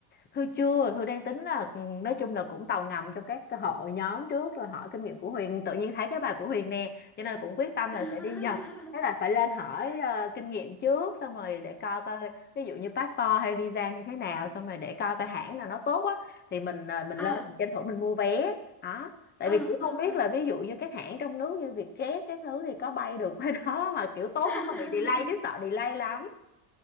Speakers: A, on the left; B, in the centre.
A: Thư chưa, Thư đang tính là ừ, nói chung là cũng tàu ngầm trong các cái hội nhóm trước rồi hỏi kinh nghiệm của Huyền, tự nhiên thấy cái bài của Huyền nè, cho nên cũng quyết tâm
B: <laughs>
A: là sẽ đi Nhật. Thế là phải lên hỏi ờ, kinh nghiệm trước xong rồi để coi coi ví dụ như passport hay visa như thế nào xong rồi để coi coi hãng nào nó tốt á thì mình ờ, mình
B: À,
A: lên mình tranh thủ mình mua vé đó. Tại
B: à,
A: vì
B: à,
A: cũng không biết là
B: à.
A: ví dụ như các hãng trong nước như Vietjet các thứ thì có bay được qua đó <laughs> mà kiểu tốt
B: <laughs>
A: không có bị delay chứ sợ delay lắm.